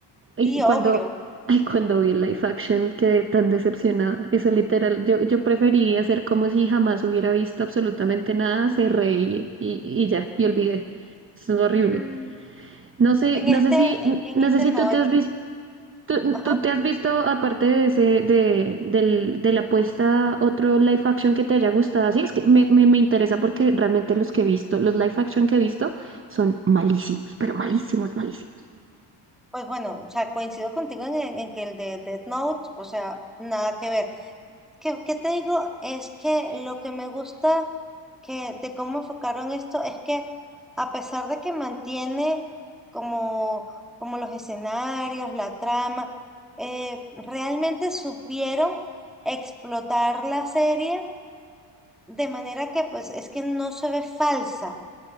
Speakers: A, on the right; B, in the centre.
A: Y
B: sí,
A: cuando,
B: obvio.
A: ay, cuando vi el live action quedé tan decepcionada. Eso literal, yo, yo preferiría hacer como si jamás hubiera visto absolutamente nada, se reí y, y ya, y olvidé. Es horrible.
B: Mm,
A: No sé,
B: En
A: no
B: este,
A: sé si,
B: en,
A: no
B: en este
A: sé si
B: no,
A: tú te
B: en,
A: has visto, tú,
B: ajá,
A: tú te has visto, aparte de ese, de, del, de la apuesta, otro live action que te haya gustado. Sí, es que me, me, me interesa porque realmente los que he visto, los live action que he visto son malísimos, pero malísimos, malísimos.
B: pues bueno, o sea, coincido contigo en, en en que el de Death Note, o sea, nada que ver. ¿Qué, qué te digo? Es que lo que me gusta que, de cómo enfocaron esto es que a pesar de que mantiene como, como los escenarios, la trama, eh, realmente supieron explotar la serie de manera que pues es que no se ve falsa.